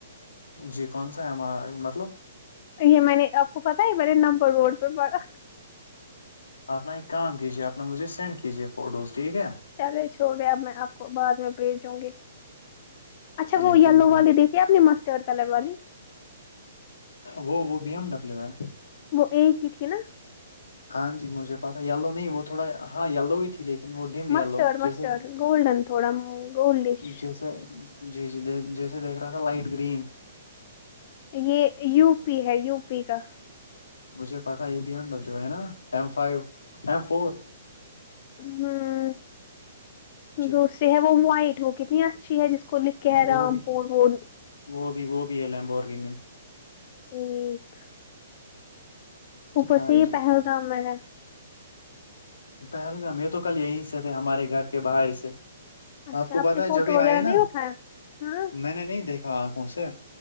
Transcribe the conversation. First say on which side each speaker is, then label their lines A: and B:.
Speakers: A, on the left; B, on the left.
A: جی کون سا ہے ہمار مطلب
B: یہ میں نے آپ کو پتا ہے مے نمبر روڈ پہ پڑا
A: اپنا ایک کام کیجیے اپنا مجھے سینڈ کیجیے فوٹوز ٹھیک ہے
B: چلے چھوڑے اب میں آپ کو بعد میں بھیجوں گی اچھا
A: چلیے
B: وہ یلو
A: کوئی بات
B: والے دیکھ <unintelligible> کہ اپنی مسٹور کلر والی
A: وہ وہ بی ایم ڈبلیو ہے
B: وہ ایک ہی تھی نا
A: ہاں جی مجھے پہتا یلو نہیں وہ تھوڑا ہاں یلو ہی تھی لیکن وہ ڈم یلو
B: مسٹرڈ
A: جیسے
B: مسٹرڈ گولڈن تھوڑا گولڈش
A: جیسے <unintelligible> جی جی جیسے دیکھ رہا تھا لائٹ گرین
B: یہ یو پی ہے یو پی کا
A: مجھے پتا یہ بی ایم ڈبو ہے نا ایم فو ایم فور
B: ہوں
A: جی
B: دوسری ہے وہ وائٹ وہ کتنی <inaudible> اچ ہے جس کو لکھ کے ہے
A: وہ
B: رام
A: بھی
B: پور وہ <inaudible>
A: وہ بھی وہ بھی ہے لمبو اور کی
B: ٹھیک <inaudible> اوپر
A: ہاں
B: سے یہ
A: جی
B: پہلگام میں ہے
A: پہلگام یہ تو کل یہیں سے تھے ہمارے گھر کے باہر سے
B: اچھا
A: آپ کو پتا
B: نے
A: ہے
B: فوٹو
A: جبھی
B: وغیرہ
A: آئے نا
B: نہیں اٹھایا ہاں
A: میں نے نہیں دیکھا آنکھوں سے